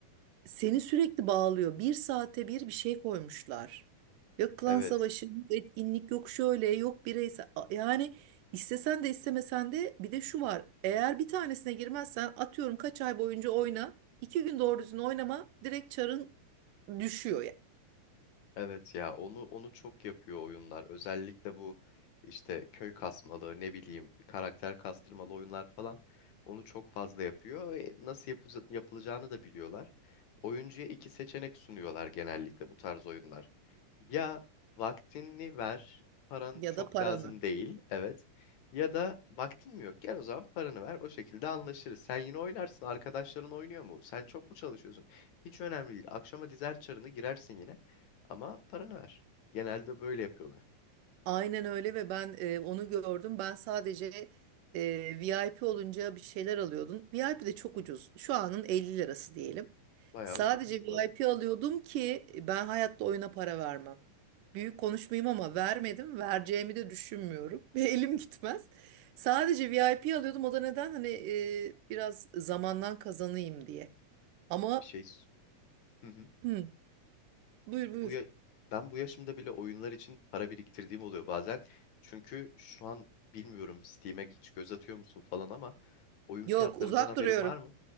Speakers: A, on the right; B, on the left.
A: seni sürekli bağlıyor. Bir saate bir bir şey koymuşlar. Yok klan
B: Evet.
A: savaşı, yok etkinlik yok şöyle, yok bireysel. A- Yani istesen de istemesen de bir de şu var. Eğer bir tanesine girmezsen atıyorum kaç ay boyunca oyna. iki gün doğru düzgün oynama direkt çarın düşüyor
B: Evet ya onu onu çok yapıyor oyunlar. Özellikle bu işte köy kasmalı ne bileyim karakter kastırmalı oyunlar falan onu çok fazla yapıyor. E, Nasıl yapıca- yapılacağını da biliyorlar. Oyuncuya iki seçenek sunuyorlar genellikle bu tarz oyunlar. Ya vaktini ver, paran
A: Ya
B: çok
A: da paranı.
B: lazım değil, evet. Ya da vaktin mi yok? Gel o zaman paranı ver, o şekilde anlaşırız. Sen yine oynarsın, arkadaşların oynuyor mu? Sen çok mu çalışıyorsun? Hiç önemli değil. Akşama dizer çarını girersin yine. Ama paranı ver. Genelde böyle yapıyorlar.
A: Aynen öyle ve ben e, onu gördüm. Ben sadece e, VIP olunca bir şeyler alıyordum. VIP de çok ucuz. Şu anın 50 lirası diyelim.
B: Bayağı
A: Sadece
B: ucuzmuş
A: VIP
B: bu arada.
A: alıyordum ki ben hayatta oyuna para vermem. Büyük konuşmayayım ama vermedim. Vereceğimi de düşünmüyorum. <laughs> Ve elim gitmez. Sadece VIP alıyordum. O da neden? Hani e, biraz zamandan kazanayım diye. Ama
B: Bir şey. s- Hı hı.
A: hı, buyur buyur.
B: Bu ya... Ben bu yaşımda bile oyunlar için para biriktirdiğim oluyor bazen. Çünkü şu an bilmiyorum Steam'e hiç göz atıyor musun falan ama oyun
A: Yok
B: fiyatlarından
A: uzak
B: haberin
A: duruyorum.
B: var mı?